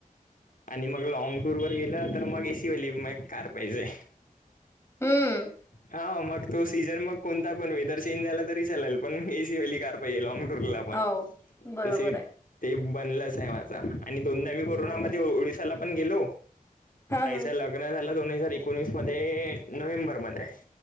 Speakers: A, on the left (about 70°); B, on the left (about 15°).
A: आणि मग लँग टूर वर गेलं तर मग एसी वाली मग कार पाहिजे
B: हम्म
A: हा मग तो सीझन मग कोणता पण वेदर चेंज झाला तरी चालेल पण एसी वली पाहिजे लॉंग टूर ला पण
B: हो बरोबर
A: ते सीट
B: आहे
A: ते बनलंच आहे माझा आणि दोनदा मी कोरोनामध्ये
B: हो. ना.
A: ओडिसाला पण गेलो
B: हा
A: ताईचं
B: हा
A: लग्न झालं दोन हजार एकोणीस मध्ये नोव्हेंबर मध्ये